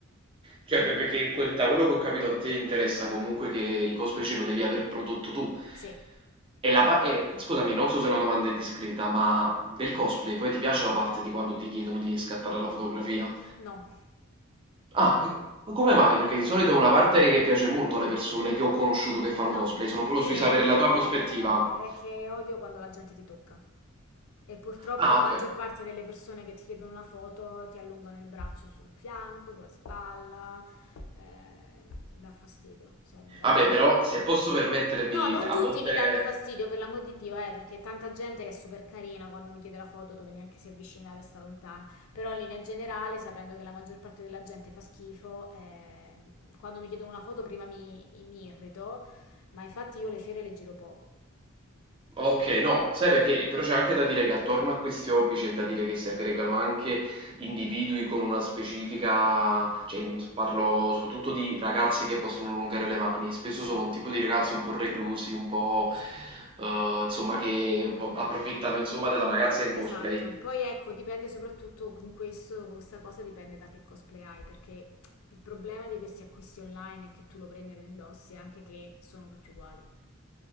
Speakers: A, on the right (about 25°); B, on the left (about 75°).
A: Cioè, per- perché quel- da quello che ho capito a te interessa comunque che il cosplay ce lo devi aver prodotto tu,
B: Sì,
A: E la pa- e, scusami, non so se è una domanda indiscreta, ma del cosplay poi ti piace la parte di quando ti chiedono di scattare la fotografia?
B: no,
A: Ah, e co- ma come mai? Perché di solito è una parte che piace molto alle persone che ho conosciuto che fanno
B: No,
A: cosplay,
B: è
A: sono curioso
B: che,
A: di sapere la tua prospettiva.
B: è che odio quando la gente ti tocca. E purtroppo
A: Ah,
B: la maggior
A: ok.
B: parte delle persone che ti chiedono una foto ti allungano il braccio sul fianco, sulla spalla, eh, dà fastidio, cioè mi dà
A: Vabbè, però se posso permettermi,
B: No, non
A: a
B: tutti
A: volte...
B: mi danno fastidio, per l'amor di Dio, eh, perché tanta gente che è super carina quando mi chiede la foto dove neanche si avvicina, resta lontana. Però in linea generale, sapendo che la maggior parte della gente fa schifo, eh, quando mi chiedono una foto prima mi, mi irrito, ma infatti io le fiere le giro poco.
A: Ok,
B: Ok.
A: no, sai perché? Però c'è anche da dire che attorno a questi hobby c'è da dire che si aggregano anche individui con una specifica, cioè m, parlo soprattutto di ragazzi che possono allungare le mani, spesso
B: Sì,
A: sono un tipo di ragazzi un po' reclusi, un po'
B: sì,
A: eh, insomma che un po' approfittano insomma della ragazza in
B: esatto.
A: cosplay.
B: Poi ecco, dipende soprattutto in questo, questa cosa dipende da che cosplay hai, perché il problema di questi acquisti online è che tu lo prendi e lo indossi, anche che sono tutti uguali.